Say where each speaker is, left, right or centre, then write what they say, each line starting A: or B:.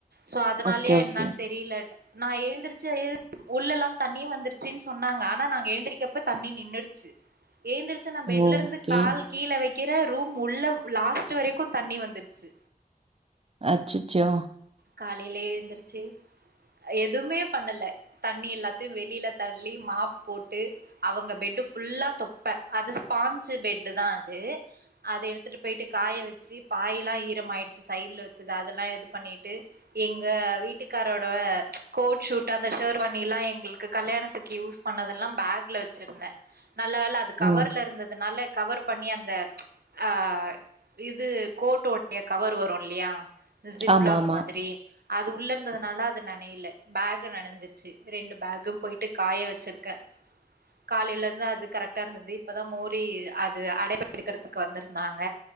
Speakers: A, on the right; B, on the right.
A: சோ அதனாலேயா
B: ஓகே ஓகே
A: என்னான்னு தெரியல நா எழுந்துருச்சு எழு உள்ளல்லா தண்ணி வந்துருச்சின் சொன்னாங்க ஆனா நாங்க எழுந்திரக்கப்ப தண்ணி நின்னுடுச்சி எழுந் ச்சி நா பெட்ல
B: ஓகே
A: இருந்து கால் கீழே வெக்கிற ரூம் உள்ள லாஸ்ட் வரைக்கு தண்ணி வந்து ச்சு
B: அச்சிச்சோ
A: காலைலேயே எழுந்திருச்சு எதுவுமே பண்ணல தண்ணி எல்லாத்தையு வெளியில தள்ளி மாப் போட்டு அவுங்க பெட்டு் ஃபுல்லா தொப்ப அது ஸ்பான்சி பெட்டு் தா அது அத எடுத்துட்டு போயிட்டு காய வெச்சி பாயெல்லா ஈரம் ஆயிடுச்சி சைட்ல வெச்சது அதெல்லா இது பண்ணிட்டு எங்க வீட்டுக்காரோட கோட் ஷூட் அந்த ஷேர் வாணில்லா எங்களுக்கு கல்யாணத்துக்கு யூஸ் பண்ணதெல்லா பேக்ல வெச்சிருந்த நல்ல வேல அது கவர்ல
B: ம்
A: இருந்ததுனால கவர் பண்ணி அந்த ஆ இது கோட்டு உடைய கவர் வரு இல்லையா ஜிப்
B: ஆமா
A: லாக்
B: ஆமா
A: மாதிரி அது உள்ள இருந்ததுனால அது நனையில பேக் நனைஞ்சிருச்சி ரெண்டு பேகும் போயிட்டு காய வெச்சிருக்கே காலையில இருந்து அது கரெக்ட்டா இருந்தது இப்பதா மோரி அது அடைப்பு எடுக்கறதுக்கு வந்திருந்தாங்க